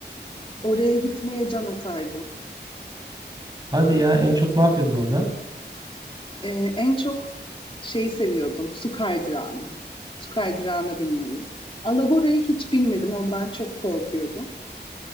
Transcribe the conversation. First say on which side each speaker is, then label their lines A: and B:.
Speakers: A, on the left; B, on the right.
A: Oraya gitmeye can atardım.
B: Hadi ya en çok ne yapıyordun orada?
A: Ee, en çok şeyi seviyordum. Su kaydırağını. Su kaydırağına binmeyi. Alabora'ya hiç binmedim. Ondan çok korkuyordum.